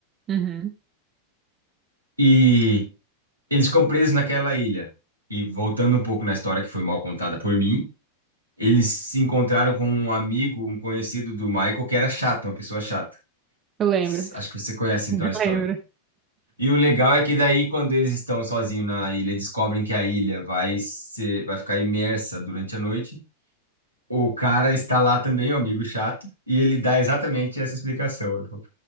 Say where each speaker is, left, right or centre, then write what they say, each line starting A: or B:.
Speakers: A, on the right (about 25°); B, on the right (about 85°).
A: Uhum,
B: E eles ficam presos naquela ilha. E voltando um pouco na história que foi mal contada por mim, eles se encontraram com um amigo, um conhecido do Michael, que era chato, uma pessoa chata.
A: eu lembro.
B: S-
A: <laughs>
B: Acho que você conhece então
A: Eu
B: a história.
A: lembro.
B: E o legal é que daí, quando eles estão sozinhos na ilha, descobrem que a ilha vai ser, vai ficar imersa durante a noite. O cara está lá também, o amigo chato, e ele dá exatamente essa explicação. Ele falou,